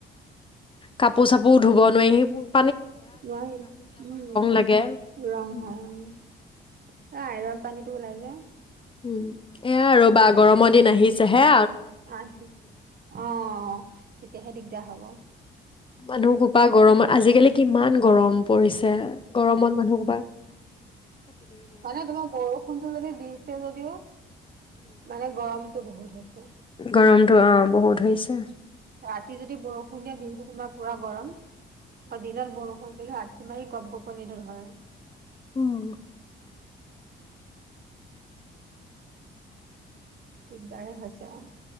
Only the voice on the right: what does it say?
ন উম
ৰং
হয় ৰ আইৰন পানীতটো ওলাই যায়
অ', অ', তেতিয়াহে দি তেতিয়া হ'ব
হয় নে তোমাৰ বৰষুণটো যদি দিছে যদিও মানে গৰম বহুত হৈছে।
ৰাতি যদি বৰষুণিয়া দিনটো তোমাৰ পুৰা গৰম। অ', দিন বৰষুণটোহে তোমাৰ এই গপ গপনি টো ধৰে।
দিকদাৰে হৈছে আৰু